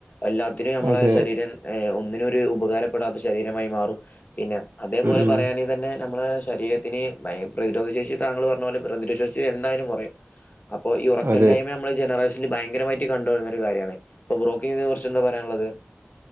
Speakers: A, on the left; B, on the right.
A: എല്ലാത്തിനും ഞമ്മളെ
B: അതെ
A: ശരീരം ഏ ഒന്നിനും ഒര് ഉപകാരപ്പെടാത്ത ശെരീരമായി മാറും പിന്നെ അതേപോലെ
B: ഉം ഉം.
A: പറയാന് തന്നെ ഞമ്മളെ ശരീരത്തിന് ഭയ പ്രതിരോധശേഷി താങ്കൾ പറഞ്ഞ പോലെ പ്രതിരോധശേഷി എന്തായാലും കൊറയും അപ്പോ ഈ ഉറക്കല്ലായ്മ
B: അതെ
A: ഞമ്മളെ ജനറേഷ നിൽ ഭയങ്കരമായിട്ട് കണ്ടുവരുന്ന ഒരു കാര്യാണ് അപ്പോ ബ്രോ ക്കിതിനെ കുറിച്ചെന്താ പറയാനുള്ളത്